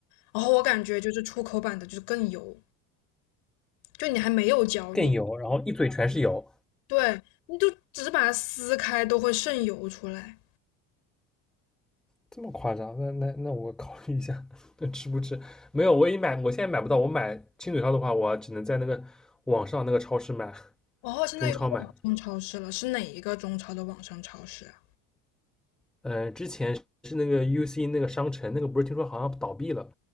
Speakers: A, on the left; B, in the centre.
A: 然后我感觉就是出口版的就是更油，就你还没有嚼，
B: 更油，
A: 你
B: 然后一嘴全是油，
A: 对，你就只是把它撕开都会渗油出来。
B: 这么夸张？那那那我考虑一下，那吃不吃？没有，我也买，我现在买不到。我买亲嘴烧的话，我只能在那个网上那个超市买。
A: 哦，现在有网上超市了，
B: 中超买。
A: 是哪一个中超的网上超市啊？
B: 嗯呃，之前是那个 UC 那个商城，那个不是听说好像倒闭了，